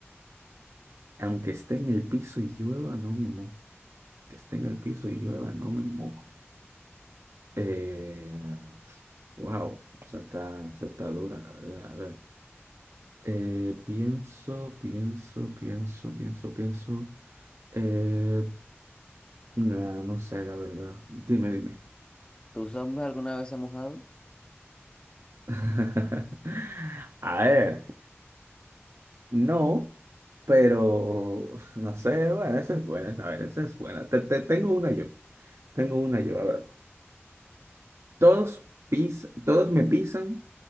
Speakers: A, on the right; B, on the left.
A: Aunque esté en el piso y llueva, no me mojo. que esté en el piso y llueva, no me mojo. Eh, wow, esa está, esa está dura, la verdad. A ver, eh, pienso, pienso, pienso, pienso, pienso. Eh, nah, no sé, la verdad. Dime, dime.
B: ¿Tu sombra alguna vez se ha mojado?
A: <laughs> A ver, no, pero no sé, bueno, esa es buena, a ver, esa es buena. Te, te- tengo una yo, tengo una yo, a ver. Todos pis, todos me pisan